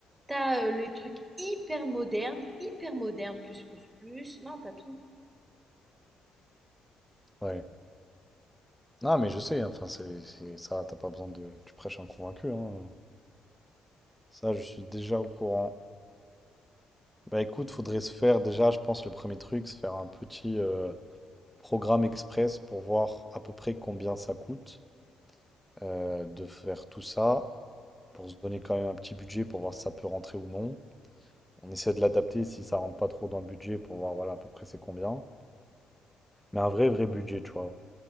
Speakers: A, on the right; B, in the centre.
A: tu as euh, les trucs hyper modernes, hyper modernes, plus, plus, plus. Non, tu as tout.
B: Ouais. Non, mais je sais, enfin, c'est c'est ça, t'as pas besoin de. Tu prêches un convaincu, hein. Ça, je suis déjà au courant. Bah écoute, faudrait se faire déjà, je pense, le premier truc, se faire un petit euh, programme express pour voir à peu près combien ça coûte euh, de faire tout ça, pour se donner quand même un petit budget pour voir si ça peut rentrer ou non. On essaie de l'adapter si ça rentre pas trop dans le budget pour voir, voilà, à peu près c'est combien. Mais un vrai, vrai budget, tu vois.